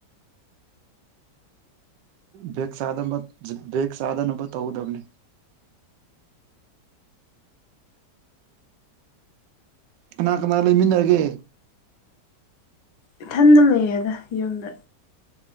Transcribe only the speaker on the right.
ꯕꯦꯛ ꯆꯥꯗꯅꯕ ꯕꯦꯛ ꯆꯥꯗꯅꯕ ꯇꯧꯒꯗꯕꯅꯤ ꯀꯅꯥ ꯀꯅꯥ ꯂꯩꯃꯤꯟꯅꯔꯒꯦ